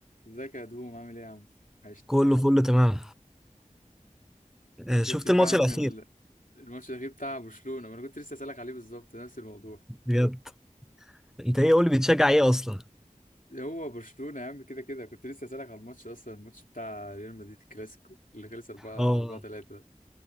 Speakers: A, on the left; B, in the centre.
A: ازيك يا دوم عامل ايه يا عم؟ عشت
B: كله فل تمام آه،
A: شفتش
B: شفت الماتش
A: بقى يا عم
B: الاخير
A: ال- الماتش الأخير بتاع برشلونة ما انا كنت لسه اسألك عليه بالظبط نفس الموضوع
B: بجد انت ايه قول لي بتشجع ايه اصلا
A: هو برشلونة يا عم كده كده كنت لسه اسألك على الماتش اصلا الماتش بتاع ريال مدريد الكلاسيكو اللي خلص 4
B: اه
A: 4 3 ده